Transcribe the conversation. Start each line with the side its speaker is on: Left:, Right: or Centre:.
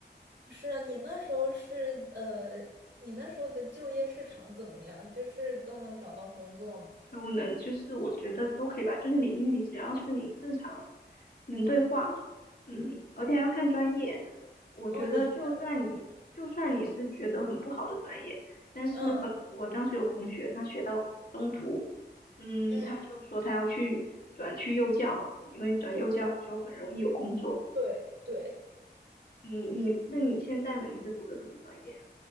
Right: 是啊，你那时候是呃，你那时候的就业市场怎么样？就是都能找到工作吗？
Left: 都能，就是我觉得都可以吧。就是你英语只要是你正常能对话，嗯，而且还要看专业。我觉得就算你就算你是觉得很不好的专业，
Right: 哦，你学，
Left: 但是很，
Right: 嗯
Left: 我当时有同学他学到中途，嗯，
Right: 嗯，
Left: 他就说他要去转去幼教，因为转幼教你就很容易有工作。
Right: 幼教，对对，
Left: 你你那你现在呢？你是读的什么专业